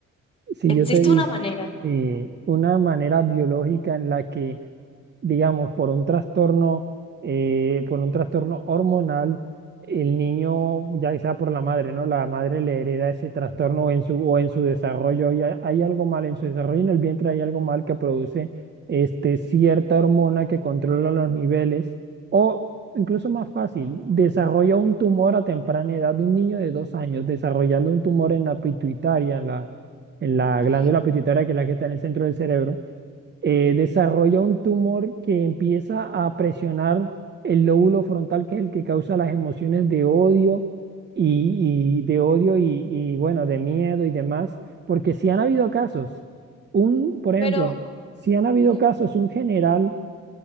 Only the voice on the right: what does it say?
si
yo te di,
eh, una manera biológica en la que, digamos, por un trastorno, eh, por un trastorno hormonal, el niño, ya sea por la madre, ¿no? La madre le hereda ese trastorno en su, o en su desarrollo. Y hay, hay algo mal en su desarrollo, en el vientre hay algo mal que produce este, cierta hormona que controla los niveles. O incluso más fácil, desarrolla un tumor a temprana edad. Un niño de dos años desarrollando un tumor en la pituitaria, la
glándula pituitaria, que es la que está en el centro del cerebro, eh, desarrolla un tumor que empieza a presionar el lóbulo frontal, que es el que causa las emociones de odio y, y de odio y, y, bueno, de miedo y demás, porque si han habido casos, un, por ejemplo,
si han habido
casos, un general,